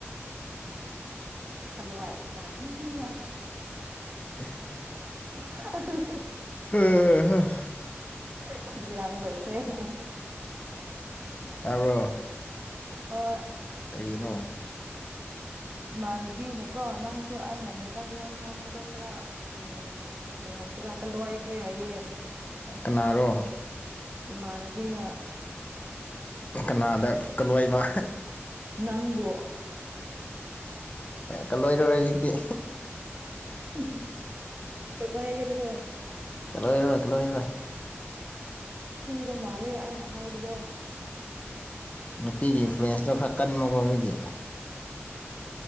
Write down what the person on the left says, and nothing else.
<unintelligible>
<unintelligible>
ꯇꯥꯕꯔꯣ
ꯀꯔꯤꯅꯣ
ꯀꯅꯥꯔꯣ
ꯀꯅꯥꯗꯂꯣꯏꯕ
ꯀꯜꯂꯣꯏꯗꯔꯣꯏ ꯍꯧꯖꯤꯛꯇꯤ
ꯀꯂ ꯑꯣꯏꯔꯣꯏ ꯀꯂ ꯑꯣꯏꯔꯦ
ꯅꯨꯄꯤꯒꯤ ꯏꯟꯐ꯭ꯂꯨꯌꯦꯟꯁꯇꯣ ꯈꯔ ꯀꯟꯕꯀꯣ ꯑꯗꯨꯒꯤ